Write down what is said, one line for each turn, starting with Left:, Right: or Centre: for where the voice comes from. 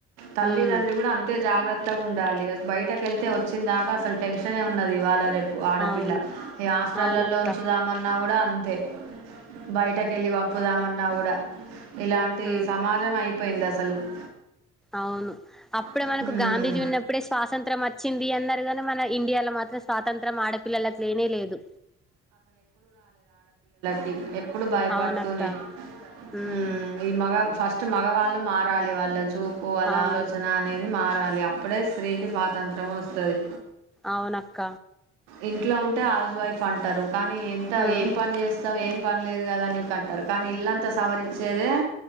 Right: తల్లిదండ్రి
Centre: ఉమ్
Right: కూడా అంతే జాగ్రత్ త్తగా ఉండాలి బయటకు వెళ్తే వచ్చిందాకా అసలు టెన్షన్ ఏ ఉన్నది ఇవ్వాళ రేప్ పు ఆడపిల్ల
Centre: అవును
Right: ఇగ హాస్టల్లలో
Centre: అవునక్క
Right: ఉంచుదామన్నా గూడా అంతే బయటకెళ్ళి పంపుదామన్నా కూడా ఇలాంటి
Centre: ఉమ్
Right: సమాజం అయిపోయింది అసల్ తలు
Centre: అవును అప్పుడే
Right: మ్మ్.
Centre: మనకు గాంధీజీ ఉన్నప్పుడే స్వాతంత్రం వచ్చింది అన్నారు కానీ మన ఇండియాలో మాత్రం స్వాతంత్ర్యం ఆడపిల్లలకి లేనే లేదు
Right: ది ఎ ఎప్పుడు భయపడుతూనే
Centre: అవునక్క
Right: అవునక్కా
Centre: ఉమ్
Right: ఈ మగ ఫస్ట్ ఫస్ట్ మగవాళ్ళు మారాలి వాళ్ళ చూ పోవాల
Centre: అవును
Right: ఆలోచన అనేది మా డాలి అప్పుడే స్త్రీకి స్వాతంత్రము వస్తది
Centre: అవునక్క
Right: ఇంట్లో ఉంటే హౌస్ వైఫ్ అంటారు కానీ ఎంత
Centre: ఉమ్
Right: ఏం పని చేస్తావు ఏం పని లేదు కదా నీకు అంటారు కానీ ఇల్లంతా సవరిచ్చేదే